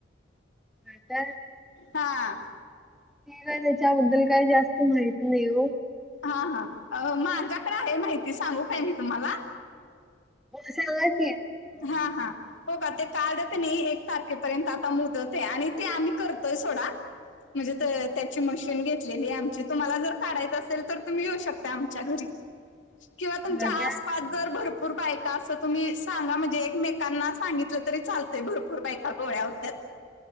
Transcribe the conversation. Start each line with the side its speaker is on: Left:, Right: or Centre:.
Centre: ह तर.
Left: हा.
Centre: मला त्याच्याबद्दल काही जास्त माहित नाहीए.
Left: हा हा. अहो, माझ्याकडे आहे माहिती. सांगू काय मी तुम्हाला?
Centre: म सांगा की,
Left: हा, हा, हो का ते कार्ड कानी, एक तारखेपर्यंत आता मुदत आहे. आणि ते आम्ही करतोय सोडा, म्हणजे त्याची, मशीन घेतलेली. आमची, तुम्हाला जर काढायचं असेल तर, तुम्ही येऊ शकता आमच्या घरी. किंवा
Centre: होय
Left: तुमच्या
Centre: काय
Left: आसपास जर, भरपूर बायका अस तुम्ही सांगा म्हणजे एकमेकांना सांगितलं तरी चालतय, भरपूर बायका गोळ्या होत्यात.